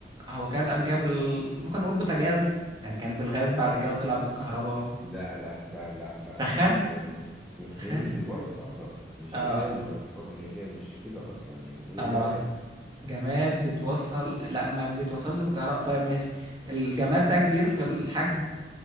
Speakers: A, on the right; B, in the centre.
A: هو كان قبل كده بال... ممكن نقول بوتاجاز يعني كان بالغاز بعد كده طلع بالكهرباء
B: لا لا لا لا لا
A: سخان
B: لا هي مش
A: سخان
B: هي مش ديفايس اصلا مش
A: اه
B: جهاز ولا ديفايس هي مش كده اصلا يعني هي
A: اه
B: جماد
A: جماد بتوصل لا ما بتوصلش بالكهرباء طيب ماشي الجماد ده كبير في الحجم